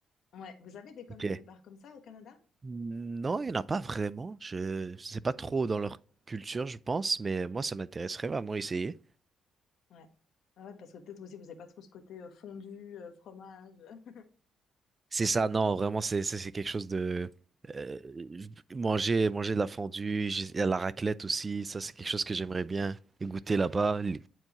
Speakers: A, on the left (about 70°); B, on the right (about 30°).
A: Ouais, vous avez des comme
B: Ok.
A: des bars comme ça au Canada?
B: Non, il n'y en a pas vraiment. Je, je sais pas trop dans leur culture, je pense, mais moi ça m'intéresserait vraiment essayer.
A: Ouais. Ah Ouais, parce que peut-être aussi vous n'avez pas trop ce côté euh, fondu, euh, fromage. <laughs>
B: C'est ça, non, vraiment c'est c'est c'est quelque chose de euh, manger manger de la fondue, j'ai- il y a la raclette aussi, ça c'est quelque chose que j'aimerais bien goûter là-bas. Les-